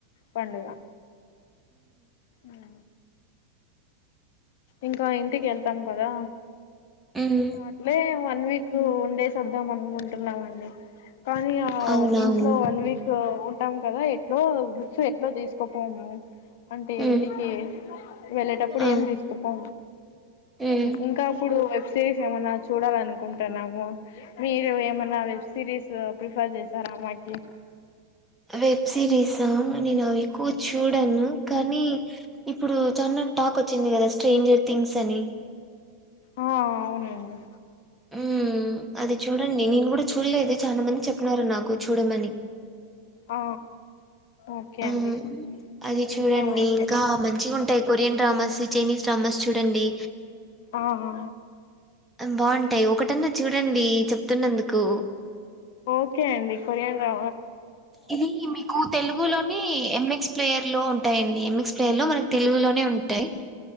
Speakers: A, on the left; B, in the centre.
A: పండుగ ఉ ఇంకా ఇంటికి వెళ్తాం కదా
B: ఉమ్
A: అట్లే వన్ వీక్ ఉండేస్ వద్దాం అనుకుంటున్నామండి. కానీ ఆ
B: అవునవును
A: ఇంట్లో వన్ వీకు ఉంటాము కదా ఎట్లో బుక్సు ఎట్లో తీసుకోపోము అంటే
B: ఉమ్
A: ఇంటికి వెళ్ళేటప్పుడు
B: ఆ
A: ఏం తీస్కు పో
B: ఉమ్
A: ఇంకా అప్పుడు వెబ్స్ సిరీస్ ఏమన్నా చూడాలనుకుంటున్నాము, మీరు ఏమన్నా వెబ్ సిరీస్ ప్రిఫర్ చేస్తారా. మాకి
B: వెబ్ సిరీసా నేను అవి ఎక్కువ చూడాను కానీ ఇప్పుడు చానా టాక్ వచ్చింది కదా స్ట్రేంజర్ థింగ్స్ అని
A: ఆ అవునండి
B: ఉ అది చూడండి నేను కూడ చూడలేదు చాలా మంది చెప్పన్నారు నాకు చూడమని
A: ఆ ఓకే
B: ఉ
A: అండి
B: ఆ అది
A: చూస్తాం
B: చూడండి
A: అయితే
B: ఇంకా మంచిగా ఉంటాయ్ కొరియన్ డ్రమాస్ చేైనిస్ డ్రామాస్ చూడండి
A: ఆ ఆ
B: బాగుంటాయి ఒకటన్నా చూడండి చెప్తున్నందుకు
A: ఓకే అండి కొరియాన్ డ్రా
B: ఇది మీకు తెలుగులోని ఎంఎక్స్ ప్లేయర్ లో ఉంటాయండి ఎ ఎక్స్ప్లెయిన్ లో మనకు తెలుగులోనే ఉంటాయి